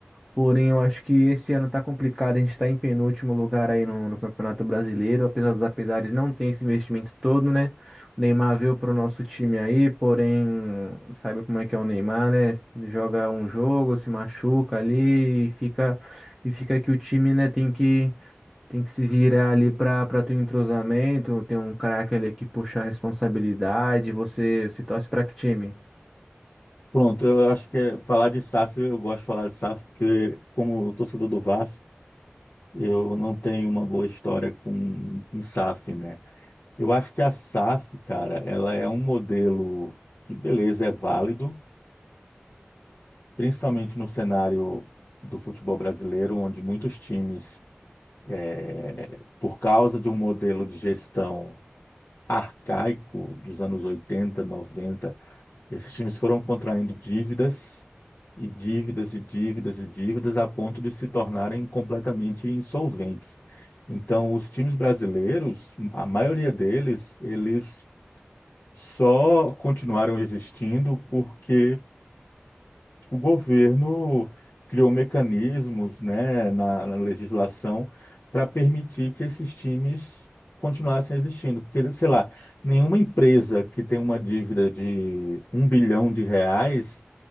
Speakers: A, in the centre; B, on the left (about 55°).
A: Porém, eu acho que esse ano tá complicado. A gente tá em penúltimo lugar aí no, no Campeonato Brasileiro. Apesar dos apesares, não tem esse investimento todo, né? O Neymar veio pro nosso time aí, porém, sabe como é que é o Neymar, né? Joga um jogo, se machuca ali e fica, e fica que o time, né, tem que, tem que se virar ali pra, pra ter um entrosamento, ter um craque ali que puxa a responsabilidade. Você se torce pra que time?
B: Pronto, eu acho que é- falar de SAF, eu gosto de falar de SAF, porque como torcedor do Vasco, eu não tenho uma boa história com, com SAF, né? Eu acho que a SAF, cara, ela é um modelo que, beleza, é válido, principalmente no cenário do futebol brasileiro, onde muitos times, é, por causa de um modelo de gestão arcaico dos anos oitenta noventa Esses times foram contraindo dívidas e dívidas e dívidas e dívidas a ponto de se tornarem completamente insolventes. Então, os times brasileiros, a maioria deles, eles só continuaram existindo porque o governo criou mecanismos, né, na, na legislação para permitir que esses times continuassem existindo, porque, sei lá, nenhuma empresa que tem uma dívida de um bilhão de reais,